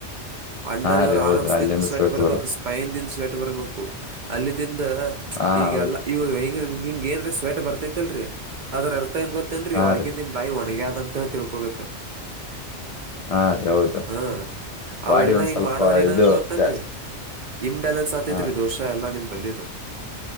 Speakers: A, on the right; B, on the left.
A: ಅಂಡರ್
B: ಹಾ
A: ಇವರ್
B: ರೀ ಹೌದು
A: ಆರಾಮ್ಸ್
B: ಅಲ್ಲಿಂದ
A: ದಿಂದ ಸ್ವೆಟ್ ಬರ್ಬೇಕು
B: ಬರ
A: ಸ್ಪೈನ್ ದಿಂದ ಸ್ವೆಟ್ ಬರ್ಬೇಕು ಅಲ್ಲಿ ದಿಂದ
B: ಹಾ
A: ಈಗಲ್ಲ
B: ಹೌದು
A: ಇವ ಹಂಗ ಹಿಂಗ ಏನ್ ರಿ ಸ್ವೇಟರ್ ಬರ್ತೈತೆಲ್ರಿ ಅದ್ರ ಇರ್ತ ಏನ್ ಗೊತ್ತೇನ್ರಿೀ
B: ಹಾ
A: ಒಳಗಿಂದ
B: ರೀ
A: ಬಾಯಿ ಒಣಗ ಅ ಆದ ಅಂತ ಹೇಳಿ ತಿಳ್ಕೊಬೇಕು
B: ಹಾ ರೀ ಹೌದು
A: ಹಾ ಅವೆಲ್ಲಾ
B: ಬಾಡಿ ಒಂದ್
A: ಹಿಂಗ
B: ಸ್ವಲ್ಪ
A: ಮಾಡದ್ರ ಏನಾದ
B: ಇದು
A: ತೋರ್ತನ್ರಿ
B: ಜಾಸ್ತಿ
A: ಇಮಂಬ್ಯಾಲೆನ್ಸ್ ಆತೈತ್ರಿ
B: ಹ
A: ದೋಷ ಎಲ್ಲಾ ನಿಮ್ ಬಲ್ಲಿದು